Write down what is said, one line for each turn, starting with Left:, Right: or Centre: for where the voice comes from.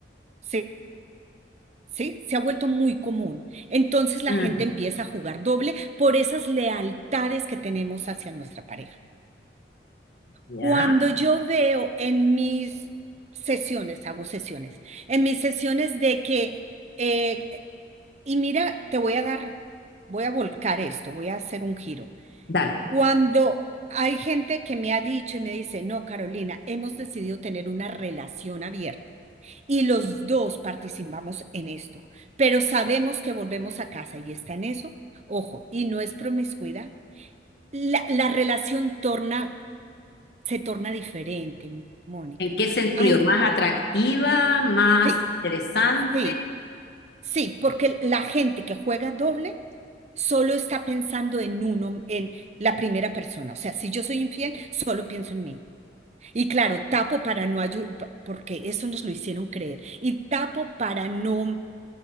Right: ¿sí? ¿Sí? Se ha vuelto muy común. Entonces la
Left: Mm,
Right: gente empieza a jugar doble por esas lealtades que tenemos hacia nuestra pareja.
Left: Ya.
Right: Cuando yo veo en mis sesiones, hago sesiones, en mis sesiones de que, eh, y mira, te voy a dar, voy a volcar esto, voy a hacer un giro.
Left: Dale.
Right: Cuando hay gente que me ha dicho y me dice, no, Carolina, hemos decidido tener una relación abierta y los dos participamos en esto, pero sabemos que volvemos a casa y está en eso, ojo, y no es promiscuidad. La, la relación torna se torna diferente, Mónica.
Left: ¿En qué sentido?
Right: Hay,
Left: ¿Más atractiva? ¿Más
Right: sí,
Left: interesante?
Right: sí, sí, porque la gente que juega doble solo está pensando en uno, en la primera persona. O sea, si yo soy infiel, solo pienso en mí. Y claro, tapo para no ayudar, porque eso nos lo hicieron creer. Y tapo para no